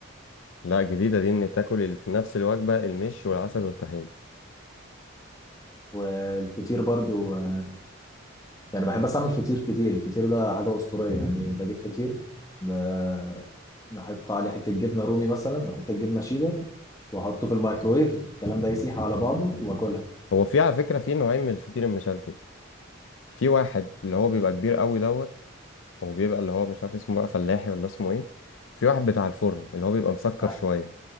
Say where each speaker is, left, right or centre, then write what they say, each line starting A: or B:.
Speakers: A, on the left; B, on the left.
A: لا جديدة دي ان تاكل ال- في نفس الوجبة المش والعسل والطحينة
B: والفطير برضو آه، يعني بحب بس اعمل فطير كتير الفطير ده حاجه اسطوريه يعني بجيب فطير ب- بحط عليه حته جبنه رومي مثلا وحته جبنه شيدر واحطه في الميكرويف الكلام ده يسيح على بعضه واكلها
A: هو في على فكرة في نوعين من الفطير المشلتت في واحد اللي هو بيبقى كبير قوي دوت وبيبقى اللي هو مش عارف اسمه بقى فلاحي ولا اسمه ايه في واحد بتاع الفرن اللي هو بيبقى مسكر
B: آه،
A: شوية